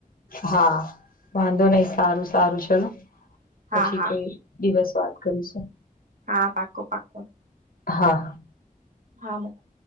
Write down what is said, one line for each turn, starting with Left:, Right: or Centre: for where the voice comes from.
Left: હા વાંધો નહી સારું સારું ચલો પછી
Right: હા હા
Left: કઈ દિવસ વાત કરીશું.
Right: હા પાકું પાકું
Left: હા
Right: હા મુકું